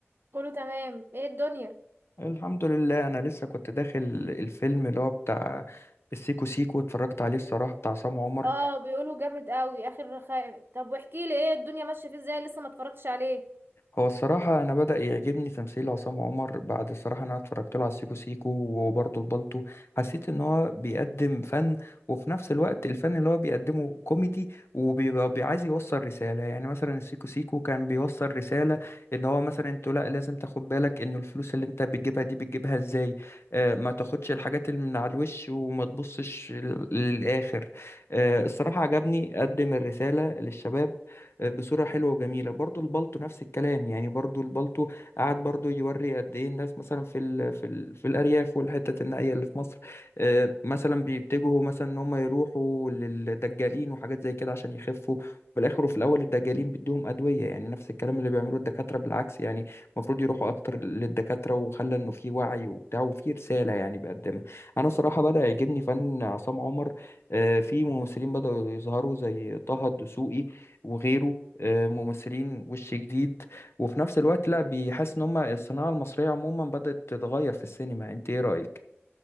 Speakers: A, on the right (about 50°); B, on the left (about 65°).
A: كله تمام ايه الدنيا
B: الحمد لله انا لسه كنت داخل الفيلم اللي هو بتاع السيكو سيكو اتفرجت عليه الصراحه بتاع عصام عمر
A: اه بيقولوا جامد قوي اخر خائم طب واحكي لي ايه الدنيا ماشيه فيه ازاي لسه ما اتفرجتش عليه
B: هو الصراحة أنا بدأ يعجبني تمثيل عصام عمر بعد الصراحة أنا اتفرجت له على سيكو سيكو وبرضه البالتو حسيت إن هو بيقدم فن وفي نفس الوقت الفن اللي هو بيقدمه كوميدي وبيبقى بي- عايز يوصل رسالة يعني مثلا السيكو سيكو كان بيوصل رسالة إن هو مثلا أنت لا لازم تاخد بالك إن الفلوس اللي أنت بتجيبها دي بتجيبها إزاي آه ما تاخدش الحاجات اللي من على الوش وما تبصش لل- للآخر آه الصراحة عجبني قدم الرسالة للشباب بصورة حلوة وجميلة برضو البالتو نفس الكلام يعني برضو البالتو قعد برضو يوري قد ايه الناس مثلا في ال في ال في الأرياف والحتة النائية اللي في مصر آه، مثلا بيتجهوا مثلا ان هم يروحوا للدجالين وحاجات زي كده عشان يخفوا في الآخر وفي الأول الدجالين بيدوهم أدوية يعني نفس الكلام اللي بيعملوه الدكاترة بالعكس يعني المفروض يروحوا أكتر للدكاترة وخلى إنه في وعي وبتاع وفي رسالة يعني بيقدمها أنا صراحة بدأ يعجبني فن عصام عمر آه، في ممثلين بدأوا يظهروا زي طه الدسوقي وغيره آه، ممثلين وش جديد وفي نفس الوقت لا بيحس ان هم الصناعة المصرية عموما بدأت تتغير في السينما انت ايه رأيك؟